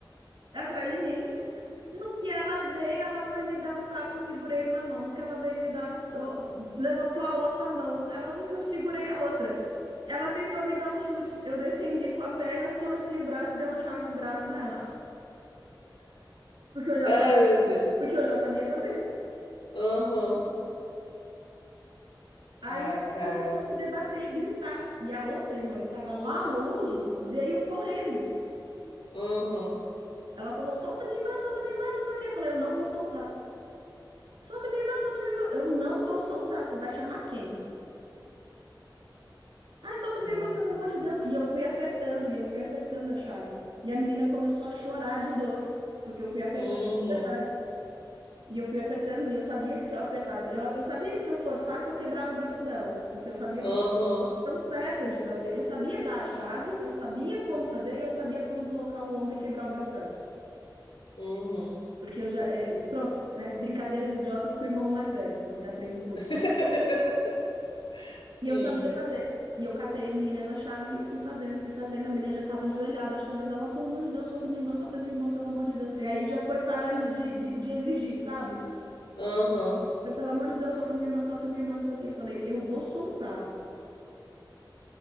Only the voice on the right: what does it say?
atrás de mim. No que ela veio, ela foi me dar um tapa, eu segurei uma mão. No que ela veio me dar um, ó, levantou a outra mão, ela eu segurei a outra. Ela tentou me dar um chute. Eu defendi com a perna, torci o braço e dei uma chave de braço nela, porque
eu já
sabia,
porque eu já sabia fazer.
Aí
ela
começou a se debater e gritar. E a outra irmã, que estava lá longe, veio correndo.
Ela falou: solta minha irmã, solta minha irmã, não sei o quê. Eu falei: eu não vou soltar. Solta minha irmã, solta minha irmã. Eu não vou soltar. Você vai chamar quem? Ai, solta minha
irmã, pelo
amor de Deus. E eu fui apertando, e eu fui apertando a chave. E a menina começou a chorar de dor, porque eu fui apertando
de verdade. E eu fui apertando, e eu sabia que se eu apertasse, eu, eu sabia que se eu forçasse, eu quebrava o braço dela, porque eu sabia
que eu estava tão certa de fazer. Eu sabia dar a chave, eu sabia como fazer, e eu sabia como deslocar o ombro e quebrar o braço dela.
Porque eu já. é, pronto, né? Brincadeiras idiotas com o irmão mais velhos, você aprende coisas.
E eu sabia fazer. E eu catei a menina na chave e eu fui fazendo, fui fazendo. A menina já tava ajoelhada, chorando. Ela, pelo amor de Deus, solta minha irmã, solta minha irmã, pelo amor de Deus. E aí já foi parando de, de, de exigir, sabe?
Foi, pelo amor de Deus, solta minha irmã, solta minha irmã, não sei o quê. Eu falei, eu vou soltar.